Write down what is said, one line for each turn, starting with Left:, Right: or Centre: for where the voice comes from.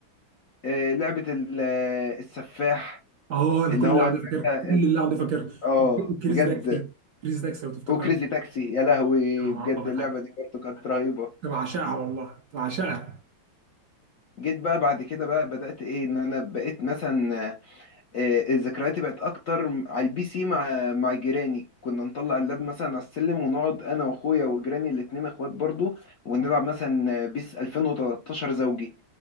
Left: آه، لعبه ال- آه، السفاح
Right: اه انا
Left: اللي
Right: كل
Left: هو
Right: اللعب
Left: اه
Right: ده فاكرها كل اللعب ده فاكرها
Left: آه،
Right: وكريزي
Left: بجد
Right: تاكسي كريزي تاكسي لو تفتكر
Left: وكريزي تاكسي يا لهوي
Right: يا نهار
Left: بجد
Right: ابيض
Left: اللعبه
Right: حاجه
Left: دي برضه كانت رهيبه
Right: كنت بعشقها والله كنت بعشقها
Left: جيت بقى بعد كده بقى بدات ايه ان انا بقيت مثلا آه، الذكريات بقت اكتر على البي سي مع مع جيراني كنا نطلع اللاب مثلا على السلم ونقعد انا واخويا وجيراني الاتنين اخوات برضه ونلعب مثلا بيس 2013 زوجي